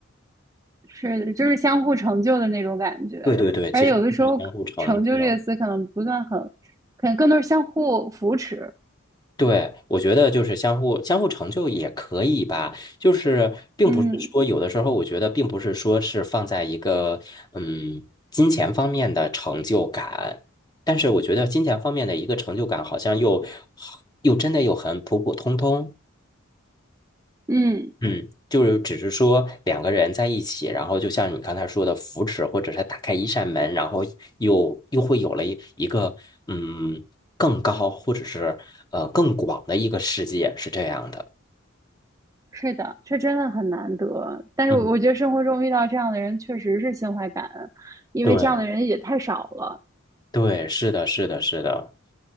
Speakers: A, on the right (about 15°); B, on the left (about 20°).
A: 是的，就是相互成就的那种感觉。
B: 对对对，其实是相互成就。
A: 而有的时候，成就这个词可能不算很，可能更多是相互扶持。
B: 对，我觉得就是相互相互成就也可以吧，就是并不是说有的时候，
A: 嗯
B: 我觉得并不是说是放在一个嗯金钱方面的成就感，但是我觉得金钱方面的一个成就感好像又又真的又很普普通通。
A: 嗯，
B: 嗯，就是只是说两个人在一起，然后就像你刚才说的扶持，或者是打开一扇门，然后又又会有了一一个嗯更高或者是呃更广的一个世界，是这样的。
A: 是的，这真的很难得。但是我我觉得生活中遇到这样的人，
B: 嗯，
A: 确实是心怀感恩，因为这样的人也太少了。
B: 对对，是的，是的，是的。